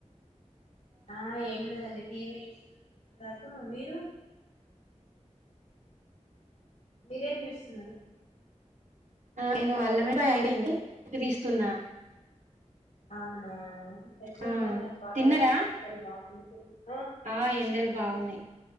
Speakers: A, on the left; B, on the right.
A: <inaudible> ఆ ఏం లేదండి టీవీ హా ఇప్పటిదాకా మీరు బిర్యానీ చేస్తున్నాను
B: నేను అల్లం వెల్లులపాయ అయిపోయింది పొట్టు తీస్తున్నా
A: అవునా ఆ ఎట్లుందన్న
B: ఆ
A: వాతావరణం
B: తిన్నరా
A: ఎండలు బాగు తను <unintelligible>
B: ఆ ఎండలు బాగున్నాయి